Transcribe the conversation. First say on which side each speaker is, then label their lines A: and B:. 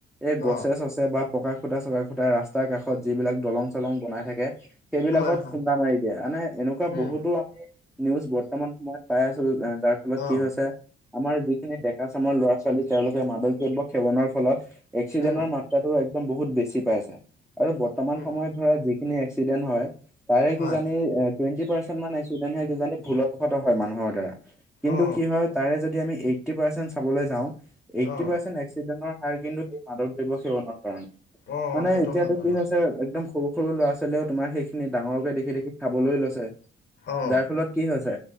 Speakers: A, in the centre; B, on the left.
A: এই গছে
B: অ
A: চছে বা পকা খুটা চকা খুটা ৰাস্তাৰ কাষত যিবিলাক দলং চলং বনাই থাকে সেইবিলাকত
B: হয় হয়
A: খুন্দা মাৰি দিয়ে মানে এনেকুৱা
B: উম
A: বহুতো আমি নিউজ বৰ্তমান সময়ত পাই আছো যাৰ ফলত
B: অ
A: কি হৈছে আমাৰ যিখিনি ডেকা চামৰ ল'ৰা ছোৱালী তেওঁলোকে মাদক দ্ৰব্য সেৱনৰ ফলত এক্সিজেনৰ
B: উম
A: মাত ত্ৰাটো একদম বহুত বেছি পাইছে আৰু বৰ্তমান
B: উম
A: সময়ত ধৰা যিখিনি এক্সিডেন্ট হয় তাৰে
B: হয়
A: কিজানি টুৱেণ্টি পাৰ্চেণ্ট মানহে একচিজেন কিজানি ভুলবশত হয় মানুহৰ দ্বাৰা কিন্তু
B: অ
A: কি হয় তাৰে যদি আমি এইটটি পাৰচেন্ট চাবলৈ যাওঁ এইটটি
B: অ
A: পাৰচেন্টে একচি ডেনৰ হাৰ কিন্তু এই মাদক দ্ৰব্য সেৱনৰ কাৰণে
B: অ
A: মানে
B: সেইটো
A: এতিয়াটো
B: হয় বাৰু
A: কি হৈছে একদম সৰু সৰু ল'ৰা ছোৱালীয়েও তোমাৰ সেইখিনি ডাঙৰকে দেখি দেখি খাবলৈ লৈছে
B: অ
A: যাৰ ফলত কি হৈছে